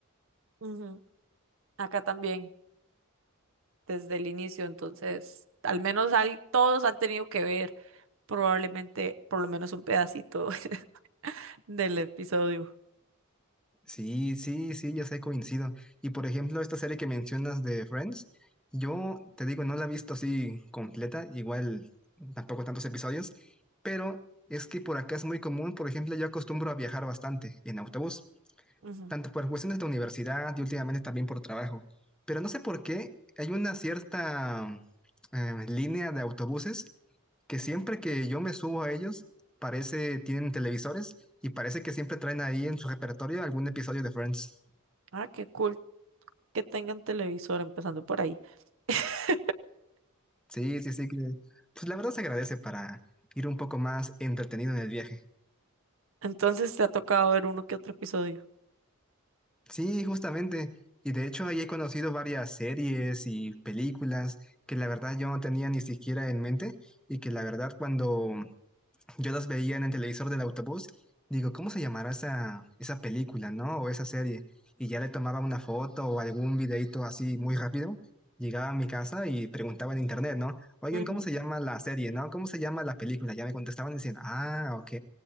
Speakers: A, on the right; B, in the centre.
A: Ujú. Acá también, desde el inicio, entonces, al menos al- todos han tenido que ver probablemente por lo menos un pedacito <laughs> del episodio.
B: Sí, sí, sí, ya sé, coincido. Y por ejemplo, esta serie que mencionas de Friends, yo te digo, no la he visto así completa, igual tampoco tantos episodios, pero es que por acá es muy común, por ejemplo, yo acostumbro a viajar bastante en autobús.
A: Ujú.
B: tanto por cuestiones de universidad y últimamente también por trabajo. Pero no sé por qué hay una cierta eh, línea de autobuses que siempre que yo me subo a ellos, parece, tienen televisores y parece que siempre traen ahí en su repertorio algún episodio de Friends.
A: Ah, qué cool que tengan televisor empezando por ahí. <laughs>
B: Sí, sí, sí, que pues la verdad se agradece para ir un poco más entretenido en el viaje.
A: Entonces te ha tocado ver uno que otro episodio.
B: Sí, justamente. Y de hecho ahí he conocido varias series y películas que la verdad yo no tenía ni siquiera en mente y que la verdad cuando Yo las veía en el televisor del autobús, digo, ¿cómo se llamará esa, esa película, ¿no? O esa serie. Y ya le tomaba una foto o algún videito así muy rápido. Llegaba a mi casa y preguntaba en internet, ¿no? Oigan,
A: Ujú.
B: ¿cómo se llama la serie, ¿no? ¿Cómo se llama la película? Ya me contestaban y decían, ah, ok.